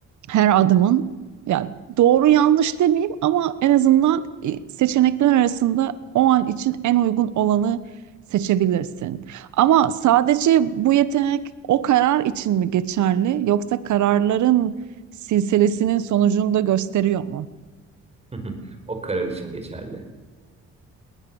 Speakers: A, on the right; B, on the right.
A: her adımın ya doğru yanlış demeyeyim ama en azından e, seçenekler arasında o an için en uygun olanı seçebilirsin. Ama sadece bu yetenek o karar için mi geçerli yoksa kararların silsilesinin sonucunu da gösteriyor mu?
B: <laughs> O karar için geçerli.